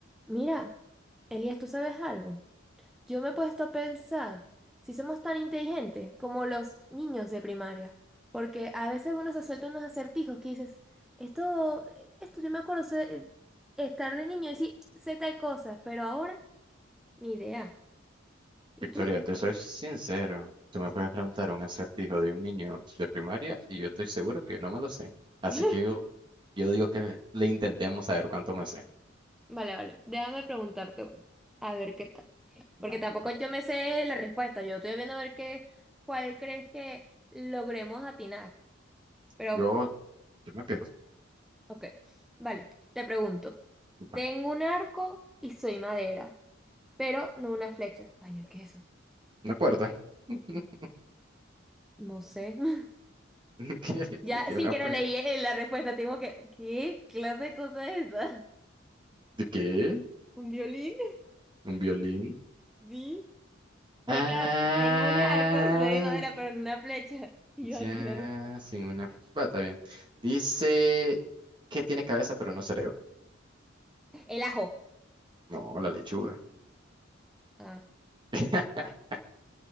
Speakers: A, in the centre; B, on the right.
A: Mira, Elías, ¿tú sabes algo? Yo me he puesto a pensar si somos tan inteligentes como los niños de primaria, porque a veces uno se suelta unos acertijos que dices, esto, esto yo me acuerdo se- estar de niño y decir, sé tal cosa, pero ahora ni idea. ¿Y
B: Victoria,
A: tú?
B: te soy sincero. Tú me puedes preguntar un acertijo de un niño de primaria y yo estoy seguro que yo no me lo sé. Así
A: <laughs>
B: que yo, yo digo que le intentemos saber cuánto me sé.
A: Vale, vale, déjame preguntarte uno, a ver qué tal. Porque
B: Va,
A: tampoco
B: va.
A: yo me sé la respuesta, yo estoy viendo a ver qué, cuál crees que logremos atinar, pero
B: Yo, yo me pierdo.
A: Ok, vale, te pregunto.
B: Va.
A: Tengo un arco y soy madera, pero no una flecha. Ay, Dios, ¿qué es eso?
B: Una puerta. <laughs>
A: No sé. <laughs>
B: ¿Qué?
A: Ya
B: ¿Qué? ¿Tiene
A: sin
B: una
A: querer
B: puerta?
A: leí eh, la respuesta, Tengo que, ¿qué clase de cosa es esa?
B: ¿De qué?
A: ¿Un violín?
B: ¿Un violín?
A: Sí. Porque
B: Ah,
A: claro, tengo un arco y soy de madera, pero no una flecha. <laughs> Y yo, "Ay,
B: ya,
A: claro.
B: sin una... Va, está bien. Dice que tiene cabeza pero no cerebro.
A: El ajo.
B: No, la lechuga.
A: Ah,
B: <laughs>